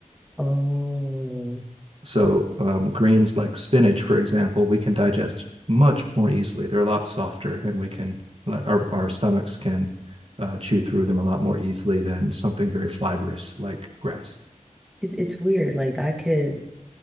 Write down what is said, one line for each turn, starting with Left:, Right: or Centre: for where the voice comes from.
Centre: Oh,
Right: So um, greens like spinach, for example, we can digest much more easily. They're a lot softer, and we can like, our our stomachs can uh, chew through them a lot more easily than something very fibrous like grass.
Centre: it's it's weird. Like I could,